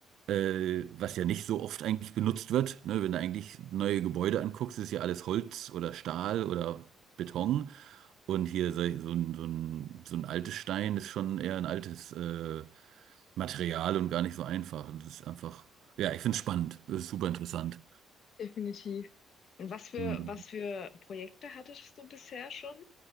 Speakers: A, on the right (about 80°); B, on the left (about 60°).
A: äh, was ja nicht so oft eigentlich benutzt wird. Ne? Wenn du eigentlich neue Gebäude anguckst, ist ja alles Holz oder Stahl oder Beton. Und hier so so ein, so ein, so ein altes Stein ist schon eher ein altes. Äh, Material und gar nicht so einfach. Das ist einfach, ja, ich finde es spannend. Das ist super interessant.
B: Definitiv. Und was für,
A: Hm.
B: was für Projekte hattest du bisher schon?